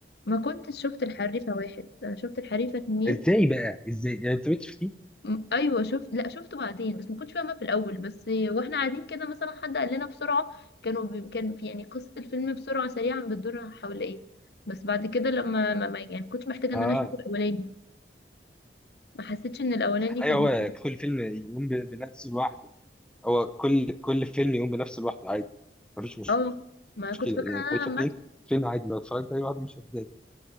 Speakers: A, on the left; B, in the centre.
A: ما كنتش شفت الحريفة واحد أنا شفت الحريفة اتنين
B: ازاي بقى ازاي يعني انت مش شفتيه
A: م- ايوه شفت لا شفته بعدين بس ما كنتش فاهمة في الاول بس واحنا قاعدين كده مثلا حد قال لنا بسرعة كانوا بي... كان في يعني قصة الفيلم بسرعة سريعا بتدور حول ايه بس بعد كده لما ما ما- يعني ما كنتش محتاجة
B: اه
A: ان انا اشوف الاولاني ما حسيتش ان الاولاني
B: ايوه
A: كان
B: هو كل فيلم يقوم ب- بنفسه لوحده هو كل كل فيلم يقوم بنفسه لوحده عادي مفيش
A: اه ما
B: مشكله
A: كنت فاكره
B: يعني
A: إن انا
B: خليفه اتنين
A: لما
B: فيلم عادي لو اتفرجت عليه لوحده مش هتضايق